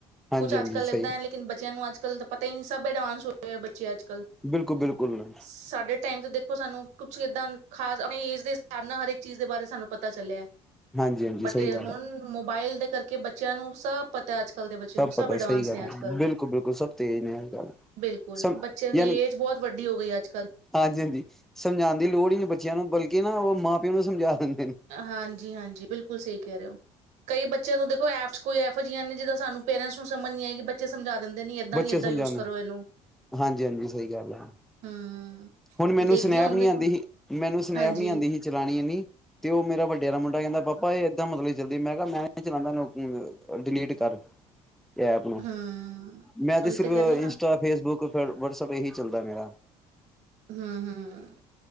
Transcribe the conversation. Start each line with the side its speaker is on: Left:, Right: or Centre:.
Centre: ਹਾਂਜੀ
Right: ਕੁਛ
Centre: ਹਾਂਜੀ
Right: ਅੱਜ ਕੱਲ
Centre: ਸਹੀ
Right: ਇੱਦਾਂ ਹੈ ਲੇਕਿ ਬੱਚ ਨੂੰ ਅੱਜ ਕਲ ਤਾਂ ਪਤਾ ਹੀ ਨਹੀਂ ਸਭ ਐਡਵਾਂਸ ਹੋਏਆ ਬੱਚੇ ਅੱਜ
Centre: ਬਿਲਕੁਲ ਬਿਲਕੁਲ
Right: ਸਾਡੇ ਟਾਈਮ ਤੇ ਦੇਖੋ ਸਾਨੂੰ ਕੇ ਦਾਨ ਖਾਸ ਅ ਇਸ ਦੇ ਹਿਸਾਬ ਨਾਲ ਹਰ ਇੱਕ ਚੀਜ਼ ਬਾਰੇ ਸਾਨੂੰ ਪਤਾ ਚੱਲਿਆ
Centre: ਹਾਂਜੀ ਹਾਂਜੀ
Right: ਬਟ
Centre: ਸਹੀ ਗੱਲ
Right: ਹੁਣ
Centre: ਆ
Right: ਮੋਬਾਇਲ ਦੇ ਕਰਕੇ ਬੱਚਿਆਂ ਨੂੰ ਸਭ ਪਤਾ ਅੱਜ ਕ ਦੇ ਬੱਚਿਆਂ ਨੂੰ ਸਭ
Centre: ਪਤਾ
Right: ਅਡਵਾਂਸ
Centre: ਸਹੀ ਗੱਲ
Right: ਨੇ ਅੱਜ
Centre: ਹੈ
Right: ਕੱਲ
Centre: ਬਿਲਕੁਲ ਬਿਲਕੁਲ ਸਭ ਤੇਜ਼ ਨੇ ਅੱਜ ਕੱਲ
Right: ਬਿਲਕੁਲ
Centre: ਸਭ
Right: ਬੱਚਿਆਂ ਦੀ
Centre: ਯਾਨੀ
Right: ਏਜ ਬਹੁਤ ਵੱਡੀ ਹੋ ਗਈ ਅੱਜ ਕੱਲ
Centre: ਹਾਂਜੀ ਹਾਂਜੀ ਸਮਝਾਉਣ ਦੀ ਲੋੜ ਹੀ ਨਹੀਂ ਬੱਚਿਆਂ ਨੂੰ ਬਲਕਿ ਨਾ ਉਹ ਮਾਂ ਪਿਓ ਨੂੰ ਸਮਝਾ ਦਿੰ
Right: ਹਾਂਜੀ ਹਾਂਜੀ ਬਿਲਕੁਲ ਸਹੀ ਕਹਿ ਰਹੇ ਹੋ ਕਈ ਬੱਚਿਆਂ ਤੋਂ ਦੇਖੋ ਐਪਸ ਕੋਈ ਇਹੋ ਜਿਹੀ ਨੇ ਜਿੱਦਾਂ ਸਾਨੂੰ ਪੇਰਟ ਨੂੰ ਸਮਝੀਏ ਬੇ ਸਮਝਾ ਦਿੰਦੇ ਨੇ ਏਦਾਂ
Centre: ਬੱਚੇ
Right: ਨੀ ਏਦਾਂ
Centre: ਸਮਝਾਉਂਦੇ
Right: ਯੂਜ ਕਰੋ ਇਹਨੂੰ
Centre: ਹਾਂਜੀ ਹਾਂਜੀ ਸਹੀ ਗੱਲ ਹੈ
Right: ਹੂੰ,
Centre: ਹੁਣ ਮੈਨੂੰ
Right: ਦੇਖਦੀ
Centre: ਸਨੈਪ
Right: ਹੁਣ
Centre: ਨਹੀਂੀ
Right: ਦੇਖੋ
Centre: ਆਉਂਦੀ ਸੀ ਮੈਨੂੰ ਸਨੈਪ
Right: ਹਾਂਜੀ-ਹਾਂਜੀ,
Centre: ਨੀ ਆਉਂਦੀ ਸੀ ਚਲਾਣੀ ਇਨੀ ਤੇ ਉਹ ਮੇਰਾ ਵੱਡੇਰਾ ਮੁੰਡਾ ਕਹਿੰਦਾ ਪਾਪਾ ਇਹ ਏਦਾਂ ਮਤਲਬ ਚੱਲਦੀ ਮੈਂ ਕਿਹਾ ਮੈਂ ਚਲਾਦਾ ਇਹਨੂੰ ਡਿਲੀਟ ਕਰ। ਇਹ ਐਪ ਨੂੰ,
Right: ਹੂੰ।
Centre: ਮੈਂ ਤੇ
Right: ਉਹੀ
Centre: ਸਿਰਫ
Right: ਤਾਂ ਕਹਿ ਰਹੀ ਆ ਨਾ
Centre: ਇੰਸਟਾ ਫੇਸਬੁੱਕ ਵਟਸਐਪ ਇਹੀ ਚੱਲਦਾ ਮੇਰਾ,
Right: ਹੂੰ-ਹੂੰ,